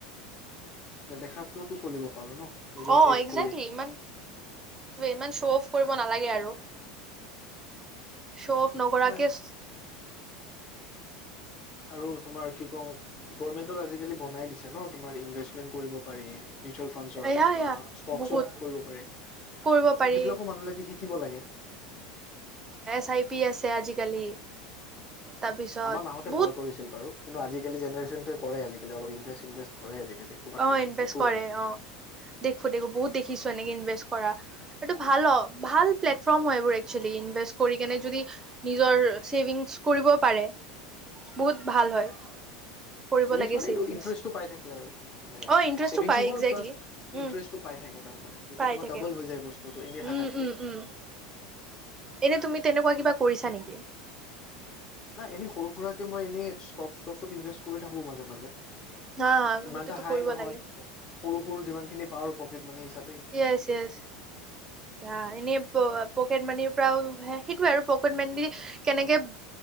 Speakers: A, on the left; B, on the right.
A: <unintelligible> তো চলিব পাৰো ন নিজৰ
B: অ
A: ছেভ
B: একজেক্টলি
A: কৰি
B: ইমান ইমান শ্ব' অফ কৰিব নালাগে আৰু শ্ব অফ নকৰাকে
A: নাই আৰু তোমাৰ কি কওঁ গৰমেন্টত আজিকালি বনাই দিছে ন তোমাৰ ইনভেষ্টমেন্ট কৰিব পাৰি মিউচুৱেল ফাণ্ডছত
B: এয়া
A: বা
B: এয়া
A: ষ্টকচত
B: বহুত
A: পৰি পাৰি ত'
B: কৰিব পাৰি
A: সেইবিলাকো মানুহবিলাকে শিক শিকিব লাগে
B: চাই পি আছে আজিকালি তাৰপিছত
A: আমাৰ মা হতে
B: বহুত
A: ভয় কৰিছিল বাৰু কিন্তু আজি আজিকালি জেনেৰেচনটোৱে কৰে আজিকালি অলপ ইনভেষ্ট ইনভেষ্ট কৰে আজিকালি ক'ৰবাত
B: অ
A: ক'ৰবাত
B: ইনভেষ্ট
A: দেখো
B: কৰে
A: আৰু
B: অ দেখো দেখো বহুত দেখিছো এনেকে ইনভেষ্ট কৰা এইটো ভাল অ ভাল প্লেটফৰ্ম হয় এইবোৰ একচুৱেলি ইনভেষ্ট কৰি কেনে যদি নিজৰ ছেভিংছ্ কৰিব পাৰে বহুত ভাল হয় কৰিব
A: চেভিংছ
B: লাগে
A: মানে
B: ছেভিংছ
A: এইটো ইন্টাৰেষ্টটো পাই থাকে আৰু মানে
B: অ ইণ্টাৰেষ্টটো
A: চছেভিংছো
B: পায় একজেক্টলি
A: হ'ল প্লাছ
B: উম
A: ইণ্টাৰেষ্টটো পাই থাকে তাৰ মানে তেতিয়া
B: পাই
A: তোমাৰ
B: থাকে
A: ডাবল হৈ যায় বস্তুটো এনেই থাকাতকে
B: উম উম উম এনে তুমি তেনুকা কিবা কৰিছা নিকি
A: নাই এনেই সৰু সুৰাকে মই এনেই ষ্টক ষ্টকত ইনভেষ্ট কৰি থাকো মাজে মাজে
B: হা
A: ইমান
B: সেইটোতো
A: এটা হাই
B: কৰিব
A: নহয়
B: লাগে
A: সৰু সৰু যিমান খিনি পাওঁ পকেট মানি হিচাপ
B: ইয়েচ ইয়েচ ৱা এনে পঅ পকেট মানি পৰাও সেইটোয়ে আৰু প্ৰকেট মানি দি কেনেকে